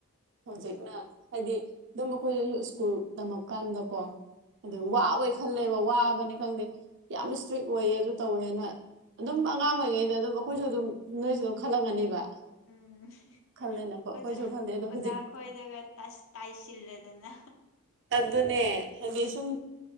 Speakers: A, on the right (about 55°); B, on the left (about 60°).
A: ꯍꯧꯖꯤꯛꯅ ꯍꯥꯏꯗꯤ ꯑꯗꯨꯝ ꯑꯩꯈꯣꯏꯁꯨ ꯁ꯭ꯀꯨꯜ ꯇꯝꯃꯛꯀꯥꯟꯗꯀꯣ ꯑꯗꯨ
B: ꯎꯝ
A: ꯋꯥꯕꯒꯤ ꯈꯜꯂꯦꯕ ꯋꯥꯕꯅꯤ ꯈꯪꯗꯦ ꯌꯥꯝ ꯏꯁꯇ꯭ꯔꯤꯛ ꯑꯣꯏꯌꯦ ꯑꯗꯨ ꯇꯧꯋꯦꯅ ꯑꯗꯨꯝ ꯑꯉꯥꯡ
B: ꯍꯣꯏ
A: ꯑꯣꯏꯔꯤꯉꯩꯗ ꯑꯗꯨꯝ ꯑꯩꯈꯣꯏꯁꯨ ꯑꯗꯨꯝ ꯅꯣꯏꯁꯨ ꯑꯗꯨꯝ ꯈꯜꯂꯝꯒꯅꯤꯕ
B: ꯎꯝ
A: ꯈꯜꯂꯦꯅꯀꯣ ꯑꯩꯈꯣꯏꯁꯨ
B: ꯑꯣꯖꯥ
A: ꯈꯜꯂꯦ ꯑꯗꯣ
B: ꯑꯣꯖꯥ
A: ꯍꯧꯖꯤꯛ
B: ꯈꯣꯏꯗꯒ ꯇꯥꯏꯁꯤꯜꯂꯗꯅ
A: ꯑꯗꯨꯅꯦ ꯍꯥꯏꯗꯤ ꯁꯨꯝ